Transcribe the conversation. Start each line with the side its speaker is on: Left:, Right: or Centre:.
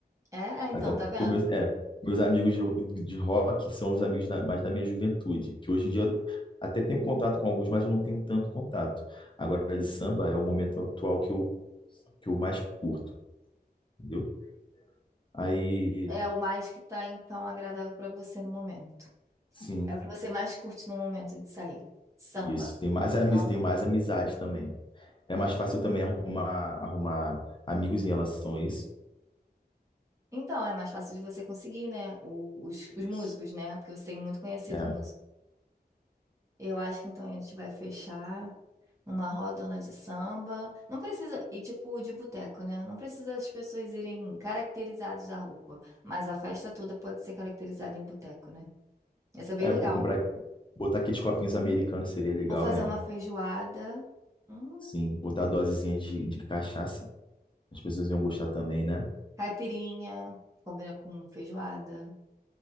Right: É, é, então,
Left: Até porque
Right: tá vendo?
Left: meus, é, meus amigos de, de rock são os amigos da- mais da minha juventude, que hoje em dia eu até tenho contato com alguns, mas eu não tenho tanto contato. Agora, de samba é o momento atual que eu, que eu mais curto, entendeu? Aí,
Right: É o mais que tá, então, agradável pra você no momento.
Left: sim,
Right: É o que você mais curte no momento de sair. Samba.
Left: isso. Tenho mais, amiz,
Right: Então,
Left: tenho mais amizade também. É mais
Right: é,
Left: fácil também arrumar, arrumar amigos em relação a isso.
Right: então é mais fácil de você conseguir, né? o- os, os
Left: Isso.
Right: músicos, né? Porque você tem muito conhecido
Left: É,
Right: músico. Eu acho que então a gente vai fechar uma rodona de samba. Não precisa, e tipo de boteco, né? Não precisa as pessoas irem caracterizadas da roupa. Mas a festa toda pode ser caracterizada em boteco, né? Isso é bem
Left: é
Right: legal.
Left: bom comprar, botar aqueles copinhos americanos seria legal,
Right: Ou fazer
Left: né?
Right: uma feijoada. Hum,
Left: Sim, botar a dosezinha de, de cachaça. As pessoas iam gostar também, né?
Right: caipirinha. Combina com feijoada.